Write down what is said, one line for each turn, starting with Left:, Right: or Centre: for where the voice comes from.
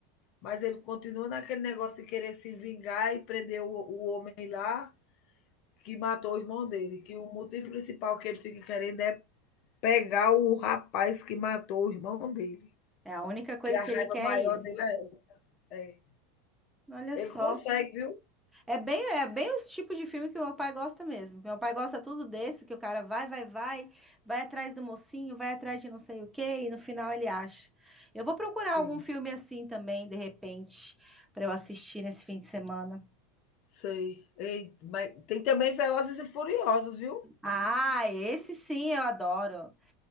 Left: Mas ele continua naquele negócio de querer se vingar e prender o, o homem lá que matou o irmão dele. Que o motivo principal que ele fica querendo é pegar o rapaz que matou o irmão dele.
Centre: é a única coisa
Left: Que a
Centre: que
Left: raiva
Centre: ele quer
Left: maior
Centre: é isso.
Left: dele é essa. É.
Centre: Olha
Left: Ele
Centre: só.
Left: consegue, viu?
Centre: É bem, é bem os tipos de filme que meu pai gosta mesmo. Meu pai gosta tudo desse, que o cara vai, vai, vai, vai atrás do mocinho, vai atrás de não sei o quê, e no final ele acha. Eu vou procurar
Left: Sim.
Centre: algum filme assim também, de repente, para eu assistir nesse fim de semana.
Left: Sei. Ei, mas tem também Velozes e Furiosos, viu?
Centre: Ah, esse sim eu adoro.